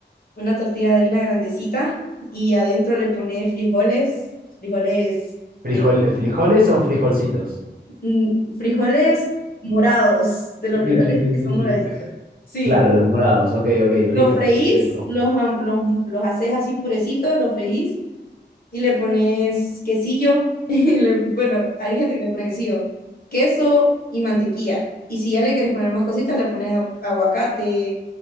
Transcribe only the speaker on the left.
una tortilla de harina grandecita, y adentro le pones frijoles, frijoles,
eh,
mm, frijoles morados, de los
frijoles
que son
moraditos. Sí,
los freís,
los, am- los, los haces así purecitos, los freís, y le pones quesillo, <laughs> y le- bueno, hay gente que le pone quesillo, queso y mantequilla. Y si ya le quieres poner más cositas, le pones a- aguacate,